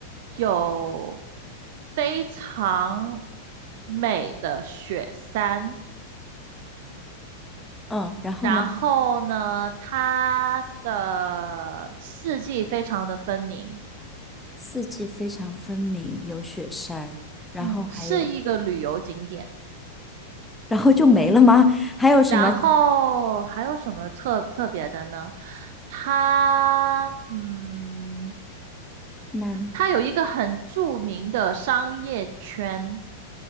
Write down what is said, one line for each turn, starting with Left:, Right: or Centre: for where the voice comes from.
Right: 有非常美的雪山，
Centre: 嗯，然后呢，
Right: 然后呢，它的四季非常的分明，
Centre: 四季非常分明，有雪山，然后还有，
Right: 嗯，是一个旅游景点。
Centre: 然后就没了吗？还有什么
Right: 然后还有什么特特别的呢？它，嗯。
Centre: 南
Right: 它有一个很著名的商业圈，